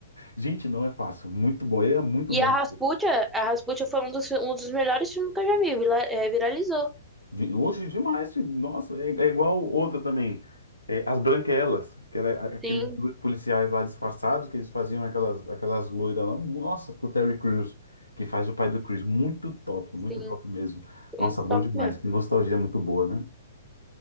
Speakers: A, on the left (about 85°); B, in the centre.
A: Gente, não é fácil. Muito bom. Ele é muito
B: E
A: bom.
B: a Rasputia, a Rasputia foi um dos, fi- um dos melhores filmes que eu já vi. vira- é, viralizou.
A: De- Hoje demais, filho. nossa, é, é igual outra também. É, As Branquelas, que era a- aqueles
B: Sim,
A: dois policiais lá disfarçados, que eles faziam aquelas, aquelas loiras lá. Nossa, com o Terry Crews, que faz o pai do Chris. Muito top, muito
B: sim.
A: top mesmo.
B: Foi
A: Nossa,
B: muito
A: bom
B: top
A: demais.
B: mesmo.
A: Que nostalgia muito boa, né?